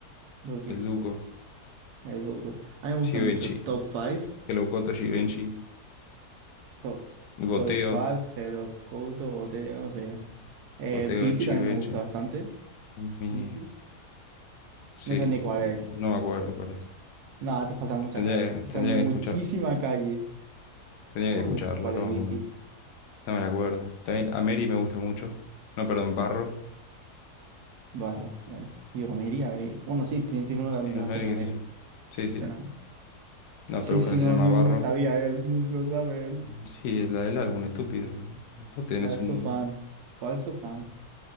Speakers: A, on the right; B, on the left.
A: Duki.
B: El Duco,
A: El loco. A mí me
B: Givenchy,
A: gusta mucho Top 5.
B: que locoto Givenchy,
A: Top,
B: Goteo,
A: top 5, Hero, Couto, Goteo, no sé. Eh,
B: Goteo
A: Bici
B: Givenchy,
A: también me gusta bastante.
B: mi...
A: Bici.
B: Sí,
A: No sé ni cuál
B: no,
A: es.
B: no me acuerdo cuál es.
A: Nada, te falta mucha
B: Tendría
A: calle. Te
B: que,
A: falta
B: tendría
A: muchísima
B: que escuchar.
A: calle.
B: Tendría
A: ¿Cómo
B: que escucharla,
A: no sabes cuál
B: no
A: es
B: me acuerdo.
A: bici?
B: No me la acuerdo. También a Mary me gusta mucho. No, perdón, Barro.
A: Barro, vale. Digo, me iría, me Bueno, sí, ti- tiene una donde
B: Sí, a
A: lleva
B: Mary,
A: entrenamiento.
B: qué sé yo. Sí,
A: Entrenamiento.
B: sí. No,
A: Sí,
B: pero una
A: sí,
B: que
A: no,
B: se llama
A: ni,
B: Barro.
A: ni lo sabía él, ni lo sabe él.
B: Mm, Sí, la del álbum, estúpido. Vos tenés
A: Falso
B: un,
A: fan, falso fan.